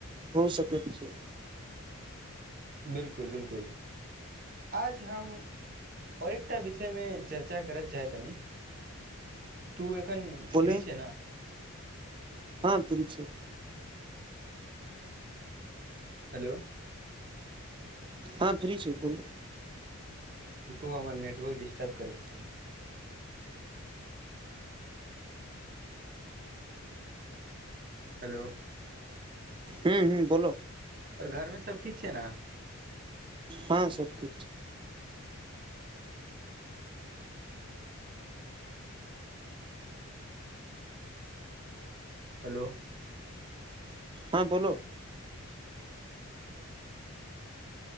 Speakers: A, on the right; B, on the right.
A: हो सकैत छै।
B: बिलकुल बिलकुल आज हम और एकटा विषयमे चर्चा करय चाहैतनि तू एक कन
A: बोले
B: फ्री छै ने?
A: हँ फ्री छीयऊ।
B: हेलो
A: हँ फ्री छीयै, बोलू
B: रुको आब हमर नेटवर्क डिस्टर्ब करै छै। हेलो
A: हूं हूं बोलो
B: और घरमे सब ठीक छै ने?
A: हँ सभ ठीक छै।
B: हेलो
A: हाॅं बोलो